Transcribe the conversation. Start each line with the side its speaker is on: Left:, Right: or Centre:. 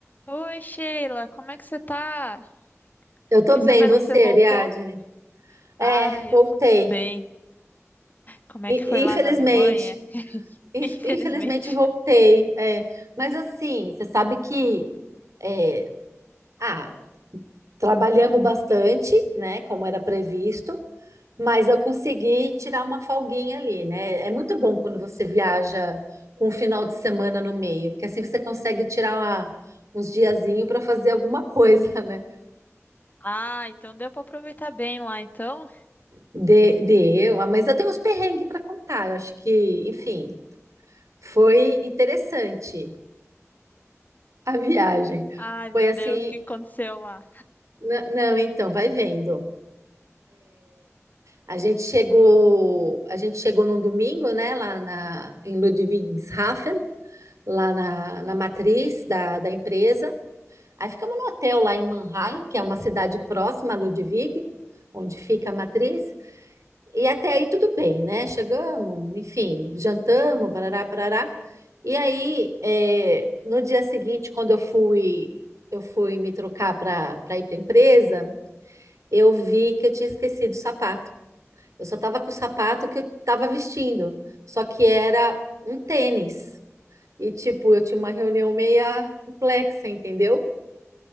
Left: Oi, Sheila, como é que você tá?
Right: Eu
Left: Fiquei
Right: tô bem,
Left: sabendo
Right: você,
Left: que você voltou.
Right: Ariadne?
Left: Ah,
Right: É, voltei.
Left: eu tô muito bem. Como
Right: I-
Left: é que foi lá
Right: Infelizmente,
Left: na Alemanha? <laughs>
Right: inf-
Left: Infelizmente.
Right: infelizmente voltei. é. Mas assim, você sabe que é, ah, trabalhamos bastante, né? Como era previsto, mas eu consegui tirar uma folguinha ali, né? É muito bom quando você viaja com um final de semana no meio, porque assim você consegue tirar uma- uns diazinho para fazer alguma <laughs> coisa, né?
Left: Ah, então deu pra aproveitar bem lá, então.
Right: De, de eu, ah, mas eu tenho uns perrengues para contar. Eu acho que, enfim. Foi interessante a viagem.
Left: Ai,
Right: Foi
Left: meu
Right: assim,
Left: Deus, o que aconteceu lá?
Right: n- não, então, vai vendo. A gente chegou, a gente chegou num domingo, né, lá na, em Ludwigshafen, lá na, na matriz da, da empresa. Aí ficamos no hotel lá em Mannheim, que é uma cidade próxima a Ludwig, onde fica a matriz. E até aí tudo bem, né? Chegamos, enfim, jantamos, parará, parará. E aí, é, no dia seguinte, quando eu fui, eu fui me trocar para para ir para a empresa, eu vi que eu tinha esquecido o sapato. Eu só estava com o sapato que eu estava vestindo, só que era um tênis. E, tipo, eu tinha uma reunião meia complexa, entendeu?